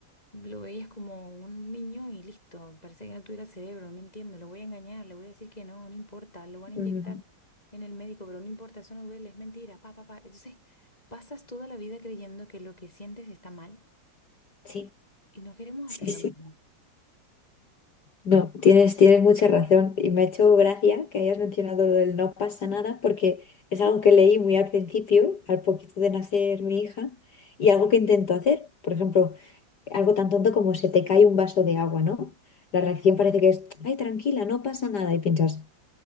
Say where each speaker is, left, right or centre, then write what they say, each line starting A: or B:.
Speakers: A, on the left; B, on the left.
A: lo veías como un niño y listo, parece que no tuviera cerebro, no entiendo, lo voy a engañar, le voy a decir que no, no importa, lo van a inyectar
B: mm,
A: en el médico, pero no importa, eso no duele, es mentira, pa, pa, pa. Entonces, pasas toda la vida creyendo que lo que sientes está mal
B: Sí,
A: y no queremos
B: sí,
A: hacer
B: sí.
A: lo mismo.
B: No, tienes, tienes mucha razón. Y me ha hecho gracia que hayas mencionado lo del no pasa nada, porque es algo que leí muy al principio, al poquito de nacer mi hija, y algo que intento hacer. Por ejemplo, algo tan tonto como se te cae un vaso de agua, ¿no? La reacción parece que es, ay, tranquila, no pasa nada. Y piensas,